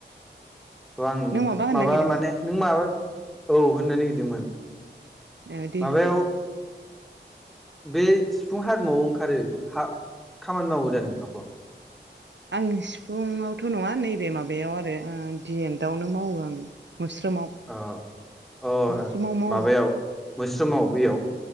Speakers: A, in the centre; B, on the right.
A: औ आं
B: नों होननो
A: माबा
B: नागिरदोंमोन
A: माने नों माबा औ होननो नागिरदोंमोन।
B: ए दे
A: माबायाव
B: होनदो
A: बे सिफुं हारिमुआव ओंखारो हा खामानि मावो दा नों आब'आ?
B: आं सिफुंआवथ' नङा नैबे माबायाव आरो दिएन्टआवनो मावो आङो। मोस्रोमाव
A: अ अ
B: मोस्रोमाव मावो
A: माबायाव मोस्रोमाव बेयाव